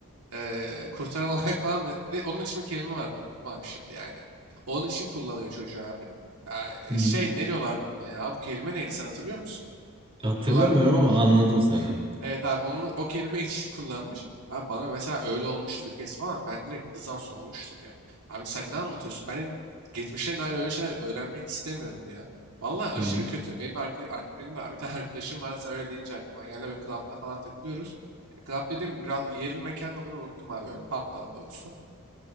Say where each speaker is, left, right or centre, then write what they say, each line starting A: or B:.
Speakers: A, on the right; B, on the right.
A: eee, kurtaran <laughs> olarak falan ne- ne- onun için bir kelime vardı unuttum abi şimdi yani. Onun için kullanıyor çocuğu abi. Ya,
B: hı hı.
A: şey ne diyorlardı buna ya? Bu kelime neydi sen hatırlıyor musun?
B: Hatırlamıyorum
A: Diyorlardı
B: ama anladım seni.
A: Evet abi onu o kelime hiç <laughs> kullanmış. Abi bana mesela öyle olmuştu bir kez falan. Ben direkt kızdan soğumuştum ya. Abi sen ne anlatıyorsun? Ben geçmişe dair öyle şeyler öğrenmek istemiyorum ya. Vallahi aşırı
B: Hı hı.
A: kötü. Benim de, arka, arka- benim de abi bir tane <laughs> arkadaşım var. Sen öyle deyince aklıma geldi. ve club'da falan takılıyoruz. E, club dedim biraz yerin mekanın adını unuttum abi. Böyle pub daha doğrusu.